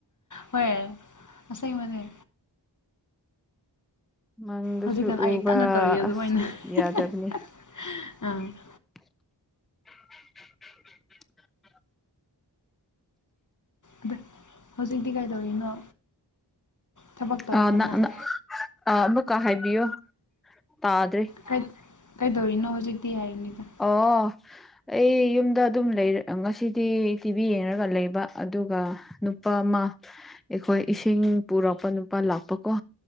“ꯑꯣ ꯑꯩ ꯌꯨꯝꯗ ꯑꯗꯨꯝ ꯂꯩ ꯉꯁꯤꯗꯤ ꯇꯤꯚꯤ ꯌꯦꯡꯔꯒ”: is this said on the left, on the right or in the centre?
Centre